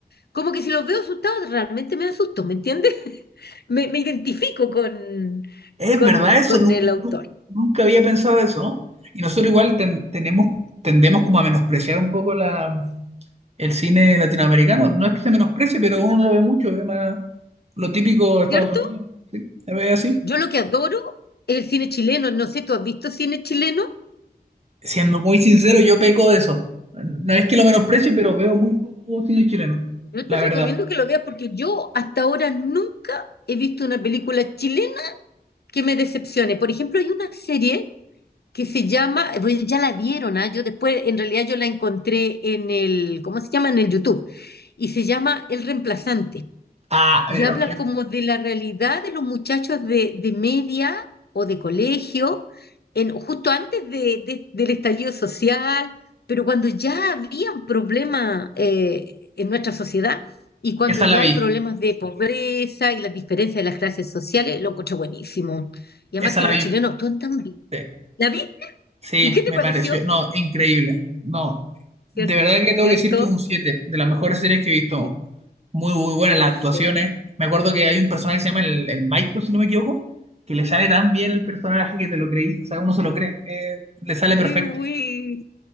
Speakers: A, on the left; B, on the right.
A: como que si los veo asustados, realmente me asusto, ¿me entiendes? <laughs> Me, me identifico con,
B: Es
A: con,
B: verdad eso,
A: con
B: nunca,
A: el autor,
B: nu- nunca había pensado eso, ¿no? Y nosotros igual ten- tenemos, tendemos como a menospreciar un poco la el cine latinoamericano no es que se menosprecie, pero uno lo ve mucho, ve más lo típico de Estados
A: ¿cierto?
B: Unidos, ¿sí? Se ve así.
A: Yo lo que adoro es el cine chileno. No sé, ¿tú has visto cine chileno?
B: Siendo muy sincero, yo peco de eso. No es que lo menosprecie, pero veo muy poco cine chileno,
A: Yo
B: la
A: te recomiendo
B: verdad.
A: que lo veas porque yo hasta ahora nunca he visto una película chilena que me decepcione. Por ejemplo, hay una serie que se llama, pues ya la dieron, ¿ah? Yo después, en realidad yo la encontré en el, ¿cómo se llama? En el YouTube. Y se llama El Reemplazante.
B: Ah, pero
A: Y habla
B: que
A: como de la realidad de los muchachos de, de media o de colegio, en, justo antes de, de- del estallido social, pero cuando ya había un problema eh, en nuestra sociedad y cuando
B: esa
A: ya
B: la vi,
A: hay problemas de pobreza y las diferencias de las clases sociales, lo encontré buenísimo. Y
B: esa
A: además que
B: la
A: los
B: vi.
A: chilenos actúan tan bien.
B: Sí,
A: ¿La viste?
B: sí,
A: ¿Y qué te
B: me
A: pareció?
B: pareció, no, increíble. No, de
A: Cier-
B: verdad que tengo
A: ¿Cierto?
B: que decir que un 7 de las mejores series que he visto.
A: Sí,
B: Muy, muy buenas
A: excelente.
B: las actuaciones. Me acuerdo que hay un personaje que se llama el, el Michael, si no me equivoco, que le sale tan bien el personaje que te lo creí. O sea, uno se lo cree. eh, le sale perfecto.
A: Qué güey,